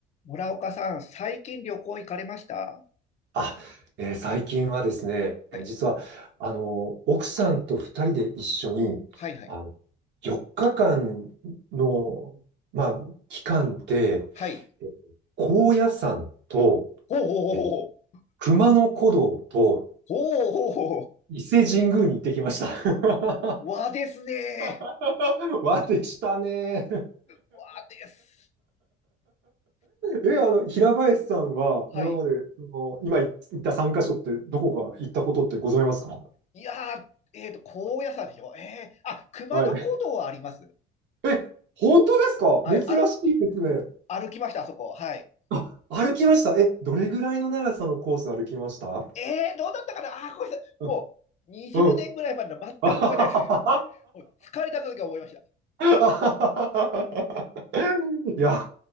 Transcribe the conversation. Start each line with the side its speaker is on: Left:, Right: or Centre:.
Left: 村岡さん、最近旅行行かれました
Right: あ、えー最近はですね、
Left: はい。
Right: 実は、あの、奥さんと二人で一緒に、
Left: はい、はい。
Right: あの、4日間の、まあ、期間で、
Left: はい。
Right: えー高野山と、
Left: ほうほうほうほう。
Right: えー熊野古道と
Left: ほうほうほうほう。
Right: 伊勢神宮に行ってきました。
Left: 和ですね。
Right: <laughs> わでしたね。
Left: 和です。こう
Right: え、あの、平林さんは今まで、
Left: はい。
Right: その今行った3カ所ってどこか行ったことってございますか
Left: いやー、えっと、高野山でしょえー、あ、熊野古道はあります。
Right: はい。え、本当ですか珍しいですね。
Left: はい。歩、歩きました、あそこ。はい。
Right: あ、歩きました。え、どれぐらいの長さのコース歩きました
Left: えー、どうだったかなあー、ごめんなさい。
Right: うん
Left: もう、20年ぐらい前の全く覚えてないです。
Right: うん。<laughs> あは
Left: <laughs> もう疲れた時は思いました。
Right: はははいや、